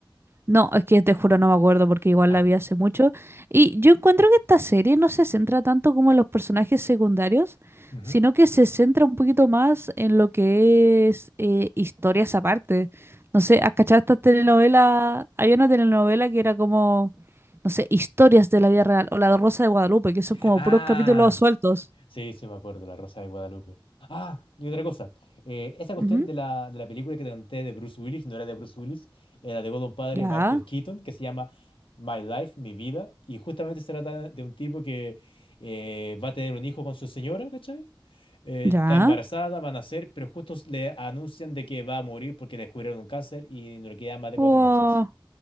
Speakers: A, on the right; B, on the left.
A: No, es que te juro no me acuerdo porque igual
B: Ah.
A: la vi hace mucho. Y yo encuentro que esta serie no se centra tanto como en los personajes secundarios,
B: ujú.
A: sino que se centra un poquito más en lo que es eh, historias aparte. No sé, ¿has cachado estas telenovelas? Había una telenovela que era como, no sé, historias de la vida real o La Rosa de Guadalupe, que son como
B: Ah.
A: puros capítulos sueltos.
B: Sí, sí, me acuerdo, La Rosa de Guadalupe. Ah, y otra cosa. eh, esa cuestión
A: Ujú,
B: de la, de la película que te conté de Bruce Willis, no era de Bruce Willis, era de un padre,
A: Ya,
B: Michael Keaton, que se llama My Life, Mi Vida, y justamente se trata de un tipo que eh, va a tener un hijo con su señora, ¿cachai? Eh,
A: ya.
B: está embarazada, va a nacer, pero justo le anuncian de que va a morir porque le descubrieron un cáncer y no le quedan más de
A: Wow.
B: cuatro meses.